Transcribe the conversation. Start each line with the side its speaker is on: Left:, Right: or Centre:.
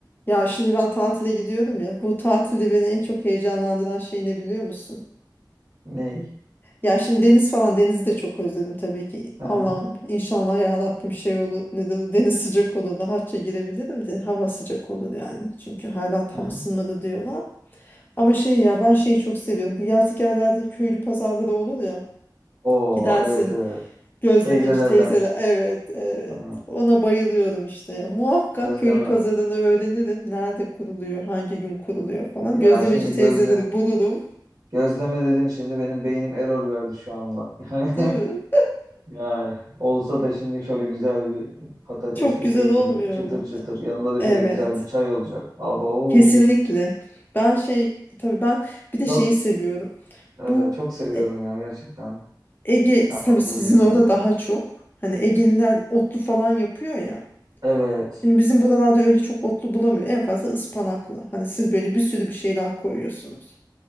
Left: Ya şimdi ben tatile gidiyorum ya. Bu tatilde beni en çok heyecanlandıran şey ne biliyor musun?
Right: Ney?
Left: Ya şimdi deniz falan denizi de çok özledim tabii ki.
Right: Aha,
Left: Allah'ım inşallah ya Rabbim şey olur. Ne de- deniz sıcak olur. Rahatça girebilirim de hava sıcak olur yani. Çünkü hala tam
Right: aha.
Left: ısınmadı diyorlar. Ama şey ya ben şeyi çok seviyorum. Bu yazlık yerlerde köylü pazarları olur ya.
Right: Oo
Left: Gidersin
Right: evet evet.
Left: Gözlemeci
Right: Teyzelerden.
Left: teyzeler. Evet, evet.
Right: Aa,
Left: Ona bayılıyorum işte. ya. Muhakkak
Right: Gözleme.
Left: köylü pazarını öğrenirim. Nerede kuruluyor, hangi gün kuruluyor falan.
Right: Ya
Left: Gözlemeci
Right: şimdi
Left: teyzeleri
Right: gözle.
Left: bulurum.
Right: Gözleme dedin şimdi benim beynim error verdi şu anda. <laughs> Yani,
Left: Değil mi?
Right: yani olsa da şimdi şöyle güzel bir patatesli
Left: Çok güzel
Right: peynirli
Left: olmuyor
Right: çıtır
Left: mu?
Right: çıtır yanında da
Left: Evet.
Right: şöyle güzel bir çay olacak. Abo.
Left: Kesinlikle. Ben şey tabii ben bir de
Right: Çok
Left: şeyi seviyorum.
Right: evet
Left: Bu
Right: çok seviyorum
Left: E-
Right: ya gerçekten.
Left: Ege
Right: Ben
Left: tabii
Right: o
Left: sizin
Right: gözleme
Left: orada
Right: dedim.
Left: daha çok. Hani Egeliler otlu falan yapıyor ya.
Right: Evet.
Left: Şimdi bizim buralarda öyle çok otlu bulamıyor. En fazla ıspanaklı. Hani siz böyle bir sürü bir şeyler koyuyorsunuz.